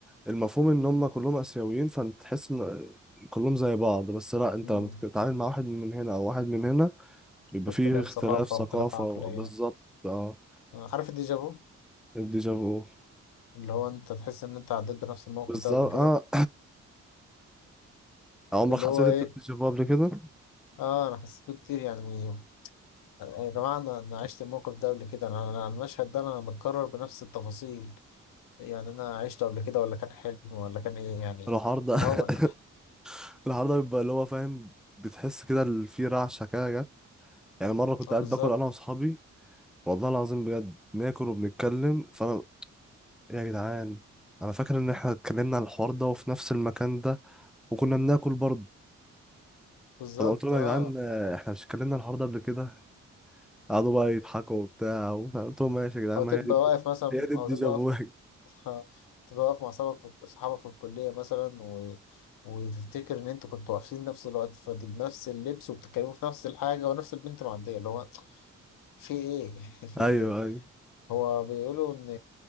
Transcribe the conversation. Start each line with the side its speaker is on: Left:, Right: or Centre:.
Centre: المفهوم إن هما كلهم آسيويين فأنت تحس إن كلهم زي بعض بس لأ أنت
Left: مم.
Centre: لما بتتعامل مع واحد من هنا أو واحد من هنا بيبقى
Left: في اختلاف
Centre: فيه اختلاف
Left: ثقافة
Centre: ثقافة
Left: واختلاف عقلية
Centre: و- بالظبط أه
Left: آه، عارف الديجافو
Centre: الديجافو
Left: اللي هو انت تحس ان انت عديت بنفس الموقف
Centre: بالظبط
Left: ده قبل كده
Centre: أه <clears throat> عمرك
Left: اللي
Centre: حسيت
Left: هو
Centre: أنت
Left: ايه
Centre: بديجافو قبل كده؟
Left: اه انا حسيت بيه كتير يعني يا جماعة انا أنا عشت الموقف ده قبل كده انا أنا المشهد ده انا متكرر بنفس التفاصيل يعني انا عشته قبل كده ولا كان حلم ولا كان ايه يعني
Centre: الحوار ده
Left: اللي هو
Centre: <laughs> العرضة بيبقى اللي هو فاهم بتحس كده ال- في رعشة كده جت يعني مرة كنت
Left: اه
Centre: قاعد
Left: بالظبط
Centre: باكل أنا وأصحابي والله العظيم بجد ناكل وبنتكلم فأنا يا جدعان أنا فاكر إن إحنا اتكلمنا عن الحوار ده وفي نفس المكان ده وكنا بناكل برضه
Left: بالظبط
Centre: فأنا قلت لهم يا
Left: اه
Centre: جدعان آه، إحنا مش اتكلمنا عن الحوار ده قبل كده قعدوا بقى يضحكوا وبتاع ومش عارف. قلت لهم ماشي يا جدعان
Left: او
Centre: ما
Left: تبقى
Centre: هي دي
Left: واقف مثلا
Centre: هي دي الديجافو
Left: او تبقى واقف
Centre: <laughs>
Left: <laughs> تبقى واقف مع اصحابك في اصحابك في الكليه مثلا و... وتفتكر ان انتوا كنتوا واقفين نفس الوقت في نفس اللبس وبتتكلموا في نفس الحاجه ونفس البنت معديه اللي هو في ايه <laughs> في
Centre: أيوه
Left: ايه
Centre: أيوه
Left: هو بيقولوا ان